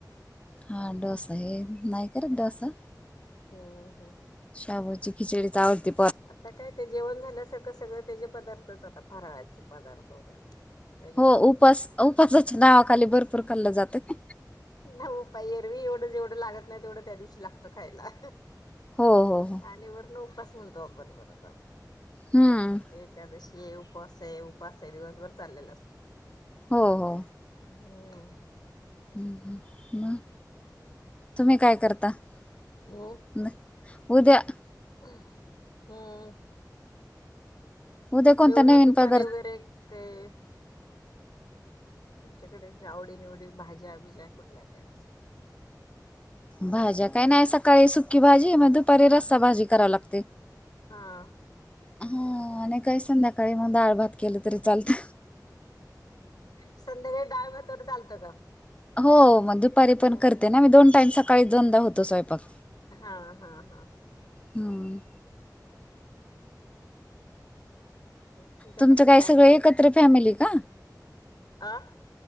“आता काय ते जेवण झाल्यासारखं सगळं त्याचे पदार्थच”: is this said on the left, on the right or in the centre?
Left